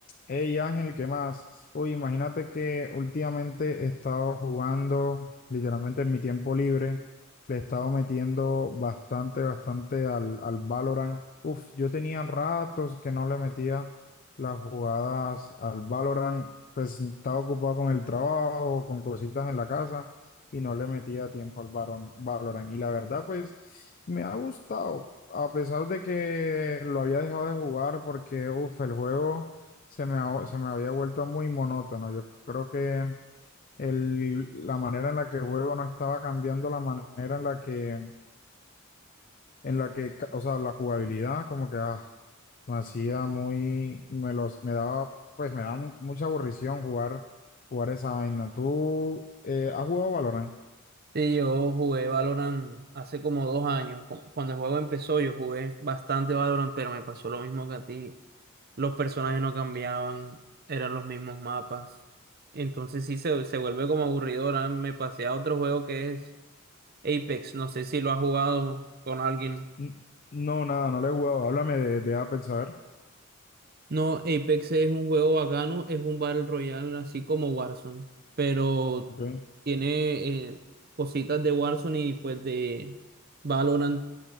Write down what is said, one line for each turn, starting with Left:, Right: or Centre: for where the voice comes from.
Left: Hey Ángel, ¿qué más? Uy, imagínate que últimamente he estado jugando, literalmente en mi tiempo libre, le he estado metiendo bastante, bastante al, al Valorant. Uf, yo tenía ratos que no le metía las jugadas al Valorant, pues estaba ocupado con el trabajo, con cositas en la casa y no le metía tiempo al Valorant. Valorant. Y la verdad, pues me ha gustado, a pesar de que lo había dejado de jugar porque, uf, el juego se me, ha- se me había vuelto muy monótono. Yo creo que el, la manera en la que el juego no estaba cambiando, la manera en la que, en la que, ca- o sea, la jugabilidad como que ah, me hacía muy, me los, me daba, pues me daba mu- mucha aburrición jugar, jugar esa vaina. ¿Tú eh, has jugado Valorant?
Right: Sí, yo jugué Valorant hace como dos años. Cu- Cuando el juego empezó, yo jugué bastante Valorant, pero me pasó lo mismo que a ti. Los personajes no cambiaban, eran los mismos mapas. Entonces sí se, se vuelve como aburrido. Ahora me pasé a otro juego que es Apex. No sé si lo has jugado con alguien.
Left: N- No, nada, no le he jugado. Háblame de, de Apex, a ver.
Right: No, Apex es un juego bacano, es un Battle Royale, así como Warzone, pero
Left: Ok.
Right: tiene eh, cositas de Warzone y pues de Valorant